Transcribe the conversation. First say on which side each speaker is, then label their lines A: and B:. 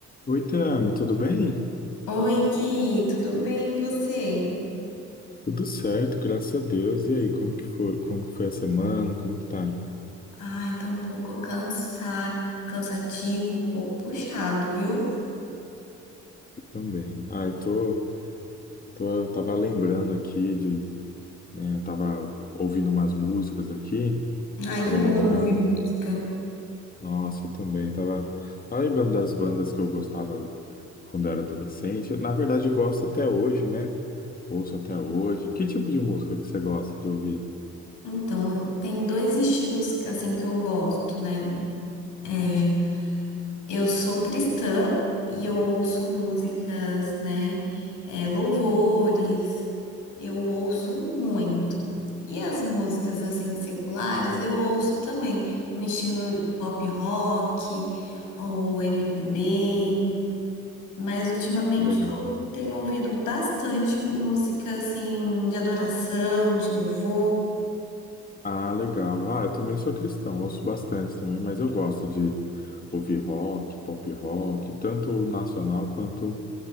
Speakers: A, on the left; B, on the left.
A: Oi, Tami, tudo bem?
B: Oi, Gui, tudo bem e você?
A: Tudo certo, graças a Deus. E aí, como que foi, como que foi a semana? Como que tá?
B: Ai, tá um pouco cansa... cansativo, um pouco puxado, viu?
A: Também. Ah, eu tô, tô, tava lembrando aqui de, né, tava ouvindo umas músicas aqui,
B: Ai,
A: tava
B: eu
A: lembrando
B: amo ouvir música.
A: de, nossa, eu também tava, tava lembrando das bandas que eu gostava quando era adolescente. Na verdade, eu gosto até hoje, né? Ouço até hoje. Que tipo de música que você gosta de ouvir?
B: Então, tem dois estilos assim que eu gosto, né? É, Eu sou cristã e eu ouço músicas, né? é, louvores, eu ouço muito. E as músicas assim seculares eu ouço também, no estilo pop rock ou MPB. Mas ultimamente
A: Que legal.
B: eu tenho ouvido bastante música assim de adoração, de louvor.
A: Ah, legal. Ah, eu também sou cristão, ouço bastante também, mas eu gosto de ouvir rock, pop rock, tanto nacional quanto